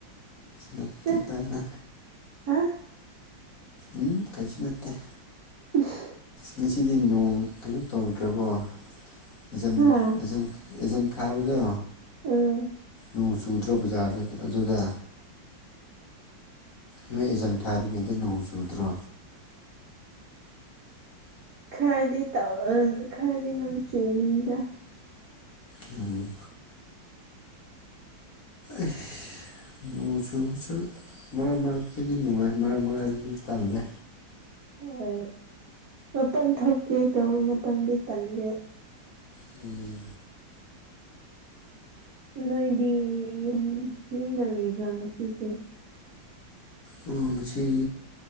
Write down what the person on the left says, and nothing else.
ꯅꯥꯇꯦꯗꯅꯥ
ꯎꯝ ꯀꯩꯁꯨ ꯅꯠꯇꯦ
ꯉꯁꯤꯗꯤ ꯅꯣꯡ ꯀꯩꯅꯣ ꯇꯧꯗ꯭ꯔꯕꯣ <unintelligible>
ꯏꯖꯝ ꯊꯥꯕꯗꯣ
ꯅꯣꯡ ꯆꯨꯗ꯭ꯔꯣ ꯕꯖꯥꯔꯗꯗꯤ ꯑꯗꯨꯗꯥ ꯅꯣꯏ ꯑꯦꯖꯟ ꯊꯥꯔꯤꯉꯩꯗ ꯅꯣꯡ ꯆꯨꯗ꯭ꯔꯣ
ꯎꯝ ꯏꯁ ꯅꯣꯡ ꯆꯨꯕꯁꯨ ꯃꯔꯛ ꯃꯔꯛꯇꯗꯤ ꯅꯨꯡꯉꯥꯏ ꯃꯔꯛ ꯃꯔꯥꯏꯗꯤ ꯇꯜꯂꯦ
ꯎꯝ
ꯑꯣ ꯉꯁꯤ